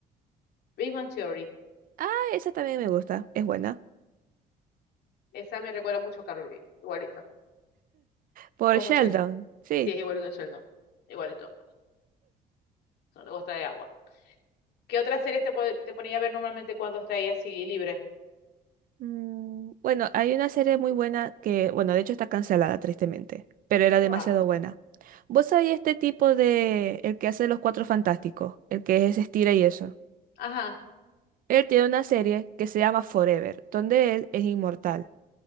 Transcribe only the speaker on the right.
Ah, esa también me gusta, es buena.
Por
Sheldon,
sí.
Mm, bueno, hay una serie muy buena que, bueno, de hecho está cancelada, tristemente, pero era
demasiado buena. ¿Vos sabés este tipo de, el que hace los Cuatro Fantásticos, el que es estira y eso?
Él tiene una serie que se llama Forever, donde él es inmortal.